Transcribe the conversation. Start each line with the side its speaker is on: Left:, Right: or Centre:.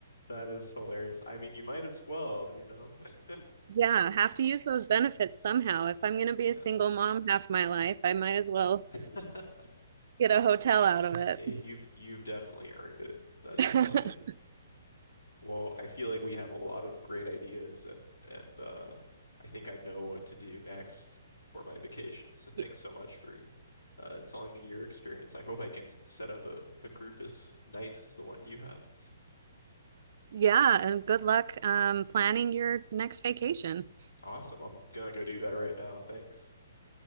Left: That is hilarious. I mean, you might as well, you know? <laughs>
Right: Yeah, have to use those benefits somehow. If I'm gonna be
Left: Yeah.
Right: a single mom half my life, I might as well
Left: <laughs>
Right: get a hotel out of it.
Left: Hey, you've you've definitely earned it. That is
Right: <laughs>
Left: funny. Well, I feel like we have a lot of great ideas and and uh I think I know what to do next for my vacation. So thanks
Right: Y-
Left: so much for uh telling me your experience. I hope I can set up a, a group as nice as the one you have.
Right: Yeah, and good luck um, planning your next vacation.
Left: Awesome. I'm gonna go do that right now. Thanks.